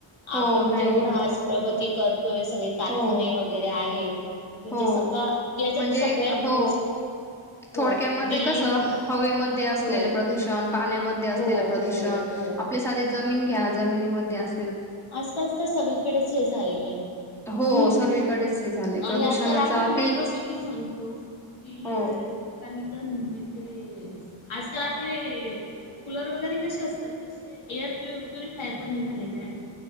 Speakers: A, in the centre; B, on the left.
A: हो
B: आपण
A: नाही
B: जेवढा
A: नाही
B: आज प्रगती करतोय सगळे कारखाने
A: हो
B: वगैरे आहेत म्हणजे
A: हो
B: सगळ याच्यात
A: म्हणजे
B: सगळ्यात
A: हो
B: मोस्ट हो
A: थोडक्यामध्ये
B: दिल्ली
A: कस
B: म्हण
A: हवे म असलेलं
B: हो
A: प्रदूषण पाण्यामध्ये असलेलं
B: हो
A: प्रदूषण
B: हो हो
A: आपल्या साधे जमीन घ्या जमिनीमध्ये अस
B: आजकालच तर सगळीकडेच हे झालेलं आहे
A: हो
B: हम्म
A: सर्वीकडेच हे झाले
B: आणि
A: प्रदूषणाचा
B: आजकाल आपण
A: अति
B: मेट्रो सिटी म्हणतो दिल्ली
A: हो
B: वगैरे तर म्हण ते आजकाल आपले कूलर वगैरे कसे असतात तसे एअर प्यु प्युरिफायर पण निघालेले आहेत